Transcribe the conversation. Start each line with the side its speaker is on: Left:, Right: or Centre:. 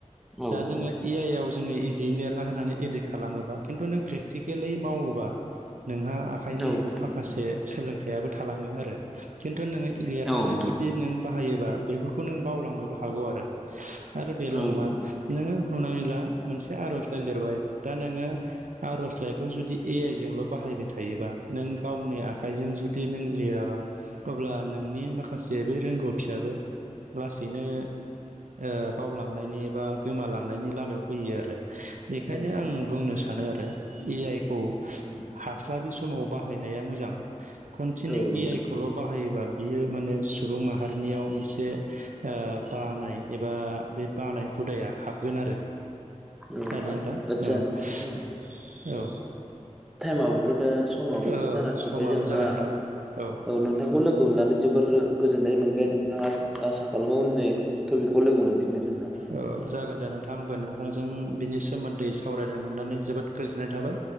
Centre: औ
Right: दा जोङो ए आइ आव जोङो इजियै लिरना होनानै एडिद खालामोबा खिन्थु नों प्रेकटिकेलि मावोबा नोंहा आखाइनि
Centre: नोंथां
Right: माखासे
Centre: औ
Right: सोलोंथाइयाबो थालाङो आरो खिन्थु नोङो लिरनानै
Centre: नोंथां
Right: जुदि नों बाहायोबा बेफोरखौ नों बावलांनोबो हागौ आरो आरो बेल'
Centre: औ
Right: नङा नोङो हमनानै ला मोनसे आर'जलाइ लिरबाय दा नोङो आर'जलाइखौ जुदि ए आइ जोंल' बाहायबाय थायोबा नों गावनि आखाइजों जु दि नों लिराबा अब्ला नोंनि माखासे बै रोंगौथियाबो लासैनो ओ बावलांनायनि बा गोमालांनायनि लामायाव फैयो आरो। बेखायनो
Centre: औ
Right: आं बुंनो सानो आरो ए आइ खौ
Centre: औ
Right: हास्लाबि सम समाव बाहायनाया मोजां कन्टिनिउ
Centre: नोंथां
Right: इ आइ खौल' बाहायोबा बियो माने सुबुं माहारिनियाव मोनसे ओ बानाय एबा बे बानाय हुदाया हाबगोन आरो
Centre: औ
Right: खोनादों ना नोंथां अ'।
Centre: आदसा नोंथां
Right: औ।
Centre: टाइमाबोथ' दा समाबोथ'
Right: औ
Centre: जाना थांबाय
Right: समाबो
Centre: जोंहा।
Right: जाबाय नोंथां
Centre: औ नोंथांखौ लोगो मोननानै जोबोर गोजोन नै मोनबाय नै नोंथां आसा आसा खालामो उननि टपिकखौ लोगो मोनफिनगोन नोंहा।
Right: औ जागोन दे नोंथांबो नोंथांजों बिनि सोमोन्दै सावरायनो मोननानै जोबोद गोजोननाय थाबाय।